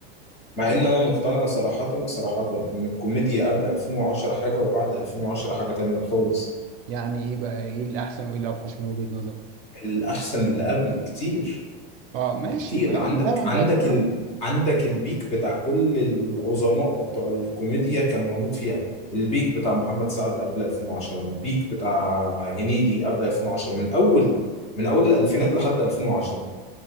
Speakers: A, on the left; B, on the right.
A: مع
B: إيه؟
A: ان انا مقتنع صراحه صراحه ان الكوميديا قبل 2010 حاجه وبعد 2010 حاجه تانية خالص
B: يعني ايه بقى ايه الاحسن وايه الاوحش من وجهه نظرك
A: الاحسن اللي قبل بكتير
B: اه ماشي
A: بكتير
B: ما
A: عندك
B: زمان
A: عندك
B: بقى بيتغير
A: ال... عندك البيك بتاع كل العظماء بتوع الكوميديا كان موجود فيها البيك بتاع محمد سعد قبل 2010 البيك بتاع هنيدي قبل 2010 من اول من اول الالفينات لحد 2010